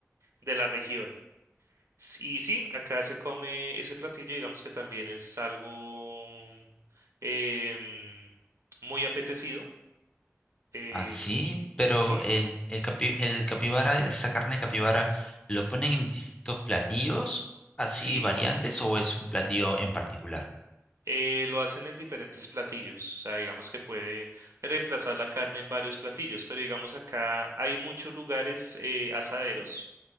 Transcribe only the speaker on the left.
Así, pero
el, el, capi- el capibara, esa carne de capibara, ¿lo ponen en distintos platillos, así
variantes, o es un platillo en particular?